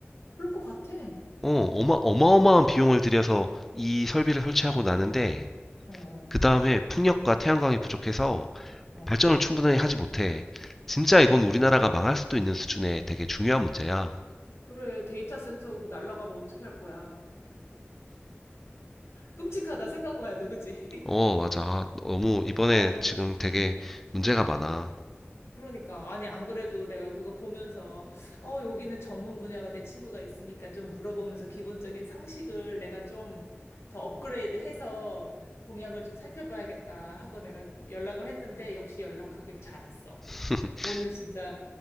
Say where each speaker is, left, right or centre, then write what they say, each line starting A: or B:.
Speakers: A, on the left; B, in the centre.
A: 그럴 것 같아.
B: 어, 어마, 어마어마한
A: 어,
B: 비용을 들여서 이 설비를 설치하고 나는데
A: 어,
B: 그 다음에 풍력과 태양광이 부족해서
A: 어.
B: 발전을 충분히 하지 못해. 진짜
A: 맞아.
B: 이건 우리나라가 망할 수도 있는 수준의 되게 중요한 문제야.
A: 그래, 데이터 센터 그 날라가면 어떻게 할 거야? 끔찍하다, 생각만 해도, 그치?
B: 어,
A: <laughs>
B: 맞아. 아, 너무 이번에
A: 아니,
B: 지금 되게
A: 어.
B: 문제가 많아.
A: 그러니까 아니 안 그래도 내가 그거 보면서 어 여기는 전문 분야가 내 친구가 있으니까 좀 물어보면서 기본적인 상식을 내가 좀 더 업그레이드해서 공약을 좀 살펴봐야겠다 하고 내가 연락을 했는데 역시 연락하길 잘했어.
B: <laughs>
A: 오늘 진짜